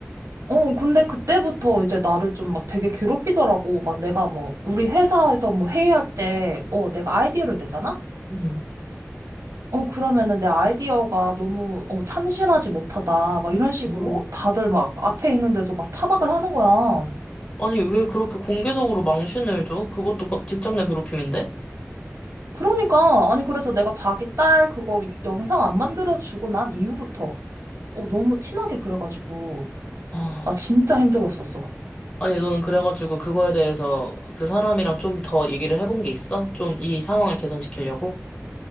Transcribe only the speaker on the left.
음.
어?
아니, 왜 그렇게 공개적으로 망신을 줘? 그것도 거- 직장 내 괴롭힘인데?
아,
아니, 너는 그래가지고 그거에 대해서 그 사람이랑 좀 더 얘기를 해본 게 있어? 좀 이 상황을 개선시키려고?